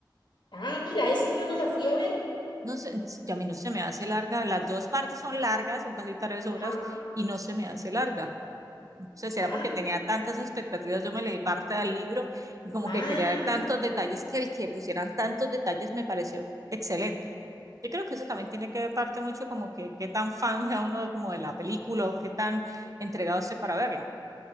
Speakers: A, on the left (about 70°); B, on the right (about 45°).
A: Ah, mira, esa yo no la fui a ver.
B: No sé, a mí no se me hace larga, las dos partes son largas, son casi tres horas
A: Ah,
B: y no se me hace larga. sea, será
A: ah,
B: porque tenía tantas expectativas, yo me leí parte del libro y como
A: ah,
B: que quería ver tantos detalles que el que pusieran tantos detalles me pareció excelente. Yo creo que eso también tiene que ver parte mucho como que qué tan fan sea uno como de la película o qué tan entregado esté para verla.